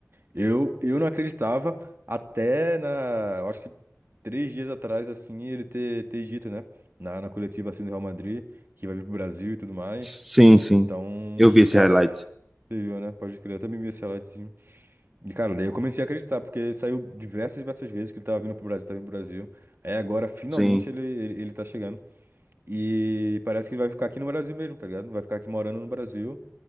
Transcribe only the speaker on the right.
Eu, eu não acreditava até na. Eu acho que três dias atrás, assim, ele ter, ter dito, né? Na, na coletiva assim do Real Madrid, que vai vir pro Brasil e tudo mais.
Então,
cara,
você viu, né? Pode crer, eu também vi esse Ancelotti. sim. E, cara, daí eu comecei a acreditar, porque ele saiu diversas, diversas vezes que ele tava vindo pro Brasil, tava vindo pro Brasil. Aí agora, finalmente,
ele, ele, ele tá chegando. E parece que ele vai ficar aqui no Brasil mesmo, tá ligado? Vai ficar aqui morando no Brasil.